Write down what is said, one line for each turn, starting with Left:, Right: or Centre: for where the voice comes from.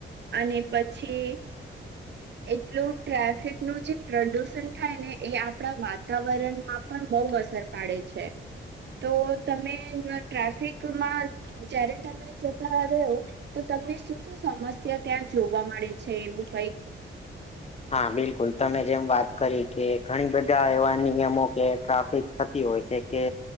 Right: અને પછી એટલું ટ્રાફિક નું જે પ્રદુષણ થાય ને એ આપણા વાતાવરણમાં પણ બહુ અસર પાડે છે તો તમે ટ્રાફિકમાં જયારે તમે જતા રહ્યો તો તમને શું શું સમસ્યા ક્યાં જોવા મળે છે એવું કંઇક
Left: હા બિલકુલ તમે જેમ વાત કરી કે ઘણી બધા એવા નિયમો કે ટ્રાફિક થતી હોય છે કે